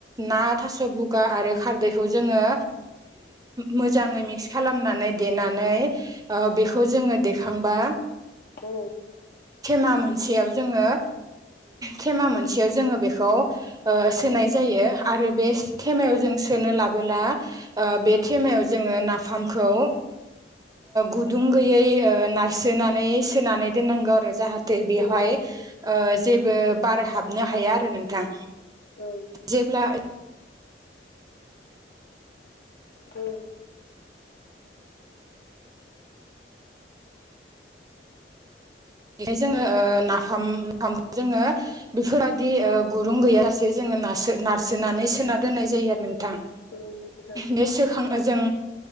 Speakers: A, on the right; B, on the left.
A: ना थास' बुगा आरो खारदैखौ जोङो मोजाङै मिक्स खालामनानै देनानै बेखौ जोङो देखांबा
B: औ
A: मा मोनसेयाव जोङो थेमा मोनसेयाव जोङो बे सोनाय जायो आरो बे खेमायाव जों सोनो लाबोला बे मायाव जोङो नाफामखौ गुदुं गैयै नारसोनानै सोनानै दोननांगौ आरो जाहाथे बेवहाय
B: नोंथां
A: जेबो बार हाबनो हाया आरो नोंथां
B: औ
A: जेब्ला
B: औ।
A: बेखाय जोङो नाफाम नाफामखौ जोङो बेफोरबायदि गुरुं गैयााजसे जोङो न नारसोनानै सोना दोननाय जायो आरो नोंथां
B: औ नोंथां
A: बे सोखां जों